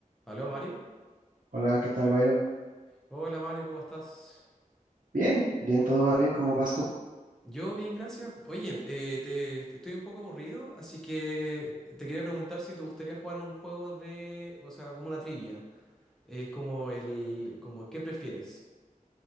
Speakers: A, in the centre; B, on the right.
A: Aló Mario.
B: Hola, ¿qué tal, Byron?
A: Hola Mario, ¿cómo estás?
B: Bien, bien, todo va bien, ¿cómo vas tú?
A: Yo bien, gracias. Oye, eh, te, te- estoy un poco aburrido, así que te quería preguntar si te gustaría jugar un juego de, o sea, como una trivia. Es como el, como ¿qué prefieres?